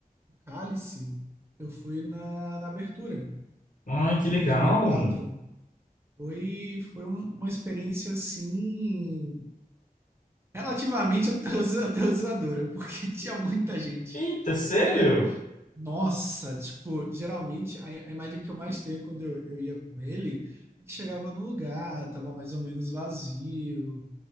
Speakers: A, on the right; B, on the left.
A: Cálice, eu fui na, na abertura,
B: Ai, que
A: lá
B: legal!
A: em dois mil e quatro. Foi, foi um- uma experiência, assim, relativamente aterroriz- aterrorizadora, porque <laughs> tinha muita gente.
B: Eita, sério?
A: Mas, nossa, tipo, geralmente, a, a imagem que eu mais tenho quando eu, eu ia com ele, ele chegava no lugar, tava mais ou menos vazio,